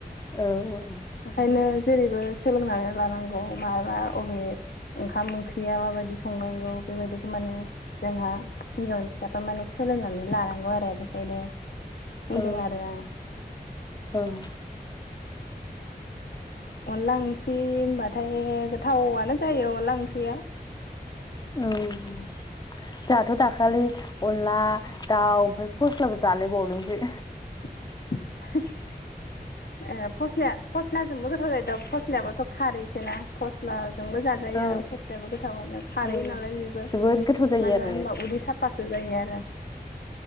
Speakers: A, on the left; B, on the left.
A: औ औ
B: ओंखायनो जेरैबो सोलोंनानै लानांगौ माबा अबे ओंखाम ओंख्रिया माबायदि संनांगौ बेबायदिखौ माने जोंहा हिनजावनि फिसाफ माने सोलोंनानै लानांगौ आरो बेखायनो बुंदों
A: औ
B: आरो आं
A: औ
B: अनला ओंख्रि होनबाथाय गोथावनो जायो अनला ओंख्रिया
A: <unintelligible> जोंहाथ' दाखालि अनला दाउ ओमफ्राय फस्लाबो जालायबावनोसै
B: <inaudible> ए फस्ल फस्लाजोंबो गोथाव जायोदा फस्लायाबोथ' खारैसै ना फस्लाजोंबो जाजायो
A: औ
B: फस्लायाबो गोथावानो खारै
A: औ
B: नालाय बेबो
A: जोबोद गोथाव जायो
B: मानो
A: आरो
B: होनबा उदै साफासो जायो आरो